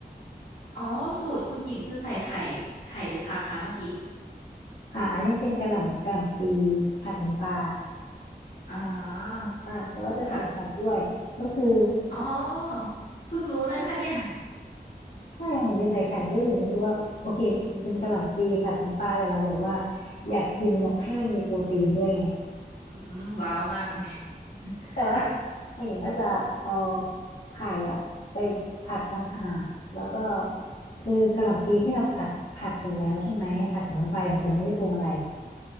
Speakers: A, on the left; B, on the left.
A: อ๋อสูตรคุณหญิงคือใส่ไข่ไข่หรือผักคะเมื่อกี้
B: อ่ะอันนี้เป็นกะหล่ำกะหล่ำปีผัดน้ำปลา
A: อ๋อ
B: อ่าแต่ว่าจะใส่ไข่ด้วยก็คือ
A: ค่ะอ๋อเพิ่งรู้นะคะเนี่ย
B: ถ้าอย่างจะใส่ไข่ด้วยอย่างรู้สึกว่าโอเคเป็นกะหล่ำปีผัดน้ำปลาแต่เราบอกว่าอยากกินแบบให้มันมีโปรตีนด้วยไง
A: อืมว้าวมากเลย <laughs>
B: แต่ว่า
A: ค่ะ
B: ถ้าอย่างก็จะเอาไข่อะไปผัดต่างหากแล้วก็คือกะหล่ำปีที่เราผัดผัดเสร็จแล้วใช่ไหมผัดกับน้ำปลาอย่างเดียวไม่ได้ปรุงอะไร